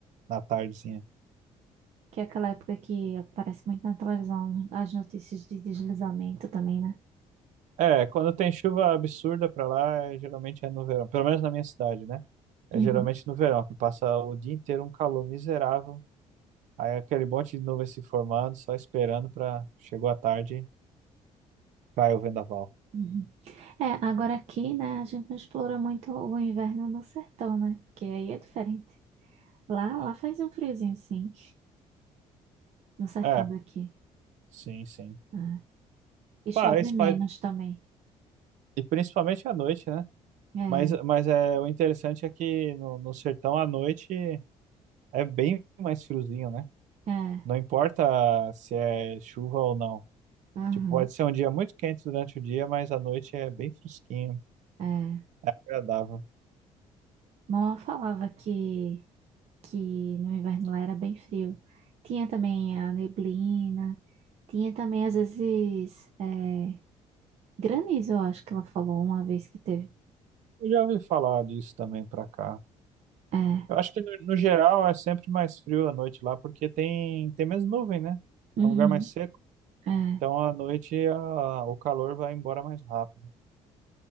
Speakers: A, on the right; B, on the right.
A: na tardezinha.
B: Que é aquela época que aparece muito na televisão as notícias de deslizamento também, né?
A: É, quando tem chuva absurda pra lá, é- geralmente é no verão. Pelo menos na minha cidade, né? É
B: Uhum,
A: geralmente no verão, que passa o dia inteiro um calor miserável. Aí é aquele monte de nuvem se formando, só esperando pra... Chegou a tarde, cai o vendaval.
B: uhum. É, agora aqui, né, a gente não explora muito o inverno no sertão, né? Porque aí é diferente. Lá, lá faz um friozinho, sim, no sertão
A: É,
B: daqui.
A: sim, sim.
B: É. E
A: Faz,
B: chove
A: faz.
B: menos também.
A: E principalmente à noite, né?
B: É,
A: Mas, mas é, o interessante é que no, no sertão à noite é bem mais friozinho, né?
B: é,
A: Não importa se é chuva ou não.
B: aham,
A: Tipo, pode ser um dia muito quente durante o dia, mas à noite é bem fresquinho,
B: é.
A: agradável.
B: Mamãe falava que que no inverno lá era bem frio. Tinha também a neblina, tinha também às vezes é, granizo, eu acho que ela falou uma vez que teve.
A: Eu já ouvi falar disso também pra cá.
B: É,
A: Eu acho que no, no geral é sempre mais frio à noite lá, porque tem, tem menos nuvem, né?
B: uhum,
A: É um lugar mais seco.
B: é,
A: Então à noite a- o calor vai embora mais rápido.